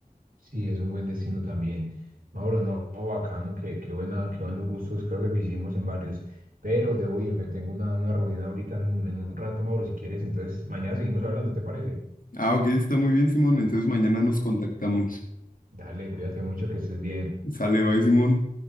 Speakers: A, on the right; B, on the left.
A: Sí, es un buen destino también. Mauro, no, no, bacano, qué, qué buena, qué buenos gustos, creo que coincidimos en varios, pero debo irme, tengo una, una reunión ahorita en, un en un rato, Mauro, si quieres, entonces mañana seguimos hablando, ¿te parece?
B: Ah, ok, está muy bien, Simón. Entonces mañana nos contactamos.
A: Dale, cuídate mucho, que estés bien.
B: Sale, bye, Simón.